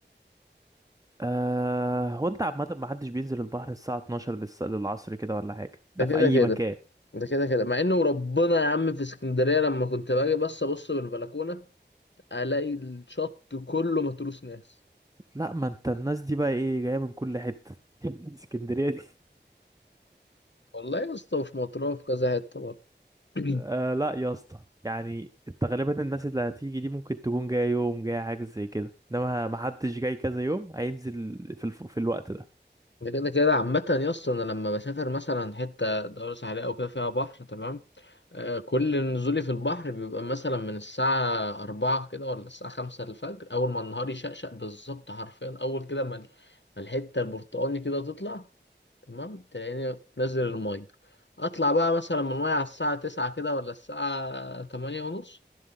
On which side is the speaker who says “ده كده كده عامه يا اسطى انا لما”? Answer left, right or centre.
Left